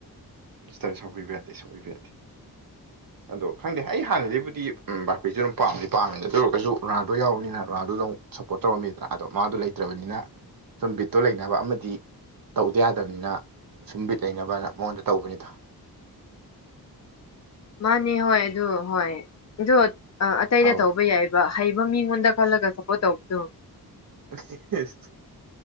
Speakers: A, on the right; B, on the left.
A: <unintelligible> ꯁꯥꯎꯕꯤꯕ ꯌꯥꯗꯦ ꯁꯥꯎꯕꯤꯕ ꯌꯥꯗꯦ ꯑꯗꯣ ꯈꯪꯗꯦ ꯑꯩ ꯍꯥꯟꯅꯗꯩꯕꯨꯗꯤ ꯕꯥꯞꯄꯦꯁꯦ ꯑꯗꯨꯝ ꯄꯥꯝꯗꯤ ꯄꯥꯝꯃꯦ ꯑꯗꯨ ꯑꯣꯏꯔꯒꯁꯨ ꯔꯨꯅꯥꯜꯗꯣ ꯌꯥꯎꯕꯅꯤꯅ ꯔꯨꯅꯥꯜꯗꯨꯗ ꯑꯃꯨꯛ ꯁꯞꯄꯣꯔꯠ ꯇꯧꯔꯝꯃꯤꯗꯅ ꯑꯗꯣ ꯃꯥꯗꯣ ꯂꯩꯇ꯭ꯔꯕꯅꯤꯅ ꯁꯨꯝ ꯕꯤꯠꯇꯨ ꯂꯩꯅꯕ ꯑꯃꯗꯤ ꯇꯧꯗ ꯌꯥꯗꯕꯅꯤꯅ ꯁꯨꯝ ꯕꯤꯠ ꯂꯩꯅꯕꯅ ꯃꯉꯣꯟꯗ ꯇꯧꯕꯅꯤꯗ
B: ꯃꯥꯅꯦ ꯍꯣꯏ ꯑꯗꯨ ꯍꯣꯏ ꯑꯗꯨ ꯑꯇꯩꯗ
A: ꯑꯧ
B: ꯇꯧꯕ ꯌꯥꯏꯕ ꯍꯩꯕ ꯃꯤꯉꯣꯟꯗ ꯈꯜꯂꯒ ꯁꯞꯄꯣꯔꯠ ꯇꯧꯕꯗꯣ
A: <unintelligible>